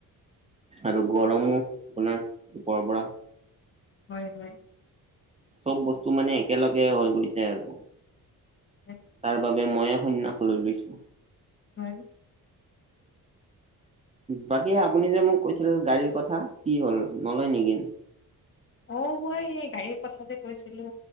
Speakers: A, on the right; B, on the left.
A: আৰু গৰমো আপোনাৰ ওপৰৰ পৰা।
B: হয় হয়।
A: চ'ব বস্তু মানে একেলগে হৈ গৈছে আৰু
B: হয়
A: তাৰ বাবে মইয়ে সন্ন্যাস লৈ লৈছো।
B: হয়।
A: বাকী আপুনি যে মোক কৈছিল গাড়ীৰ কথা কি হ'ল নলয় নেকি?
B: অঁ' মই গাড়ীৰ কথা যে কৈছিলো